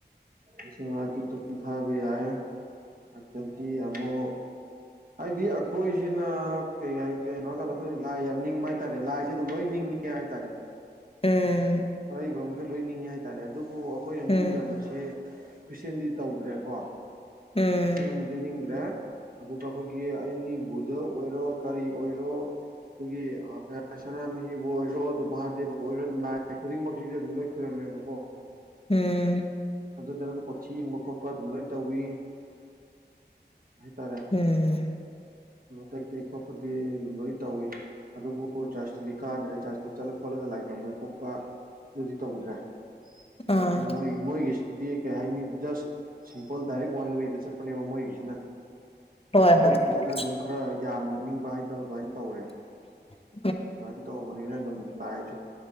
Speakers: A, on the right; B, on the left.
A: ꯑꯦꯁꯤꯡ ꯂꯥꯏꯗꯨꯛ ꯗꯨꯝ ꯊꯥꯕ ꯌꯥꯏ ꯑꯗꯒꯤ ꯑꯃꯨꯛ ꯍꯥꯏꯗꯤ ꯑꯩꯈꯣꯏꯁꯤꯅ ꯀꯩ ꯍꯥꯏ ꯀꯩꯅꯣ ꯍꯥꯏꯀꯥꯟꯗ ꯑꯩꯈꯣꯏꯁꯦ ꯂꯥꯏ ꯌꯥꯝ ꯅꯤꯡꯕ ꯍꯥꯏꯇꯥꯔꯦ ꯂꯥꯏꯁꯦ ꯑꯗꯨꯝ ꯂꯣꯏ ꯅꯤꯡꯉꯤ ꯅꯤꯡꯉꯤ ꯍꯥꯏꯇꯥꯔꯦ
B: ꯎꯝ
A: ꯑꯔꯩꯕ ꯃꯈꯩ ꯂꯣꯏ ꯅꯤꯡꯉꯦ ꯍꯥꯏꯇꯥꯔꯦ ꯑꯗꯨꯕꯨ ꯑꯩꯈꯣꯏꯅ
B: ꯎꯝ
A: ꯅꯤꯡꯗꯕ ꯁꯤ ꯈ꯭ꯔꯤꯁꯇꯦꯟꯗꯤ ꯇꯧꯗ꯭ꯔꯦꯀꯣ
B: ꯎꯝ
A: ꯈ꯭ꯔꯤꯁꯇꯦꯟ ꯗꯤ ꯅꯤꯡꯗ꯭ꯔꯦ ꯑꯗꯨꯒ ꯑꯩꯈꯣꯏꯒꯤ ꯑꯅꯤꯕꯨꯙ ꯑꯣꯏꯔꯣ ꯀꯔꯤ ꯑꯣꯏꯔꯣ ꯑꯩꯈꯣꯏꯒꯤ ꯑ ꯁꯅꯥꯃꯍꯤꯕꯨ ꯑꯣꯏꯔꯣ ꯑꯗꯨꯝ ꯃꯍꯥꯗꯦꯕꯕꯨ ꯑꯣꯏꯔꯣ ꯑꯗꯨꯝ ꯂꯥꯏ ꯈꯨꯗꯤꯡꯃꯛꯁꯤꯗꯤ ꯑꯗꯨꯝ ꯂꯣꯏ ꯈꯣꯏꯔꯝꯃꯦꯕꯀꯣ
B: ꯎꯝ
A: ꯑꯗꯨꯗ ꯀꯨꯊꯤ ꯌꯦꯕ ꯈꯣꯠꯄ ꯑꯗꯨꯝ ꯂꯣꯏ ꯇꯧꯋꯤ ꯀꯩ ꯍꯥꯏꯇꯥꯔꯦ
B: ꯎꯝ
A: ꯑꯗꯨ ꯑꯇꯩ ꯑꯇꯩ ꯈꯣꯠꯄꯗꯤ ꯂꯣꯏ ꯇꯧꯏ ꯑꯗꯨꯕꯨ ꯆꯥꯔꯁꯇꯨꯗꯤ ꯀꯥꯗ꯭ꯔꯦ ꯆꯥꯔꯁꯇ ꯆꯠꯂ ꯈꯣꯠꯂꯒ ꯂꯥꯏ ꯈꯣꯏꯔꯝꯕ ꯈꯣꯠꯄ ꯗꯨꯗꯤ ꯇꯧꯗ꯭ꯔꯦ
B: ꯑꯥ
A: ꯍꯥꯏꯗꯤ ꯃꯣꯏ ꯃꯣꯏꯒꯤꯁꯤꯗꯤ ꯀꯩ ꯍꯥꯏꯅꯤ ꯖꯁ ꯁꯤꯝꯄꯜ ꯗꯥꯏꯔꯦꯛ ꯋꯥꯟ ꯋꯦꯗ ꯆꯠꯄꯅꯦꯕ ꯃꯣꯏꯒꯤꯁꯤꯅ
B: ꯍꯣꯏ
A: ꯑꯩꯈꯣꯏꯒꯤꯁꯤꯅ
B: ꯍꯣꯏ ꯍꯣꯏ
A: ꯑꯗꯨꯝ ꯈꯔ ꯌꯥꯝꯅ ꯅꯤꯡꯕ ꯍꯥꯏꯗꯣ ꯑꯗꯨꯃꯥꯏꯅ ꯇꯧꯔꯦ
B: ꯑ <unintelligible>
A: ꯑꯗꯨꯃꯥꯏꯟ ꯇꯧꯕꯅꯤꯅ ꯑꯗꯨꯝ ꯂꯥꯏꯁꯨ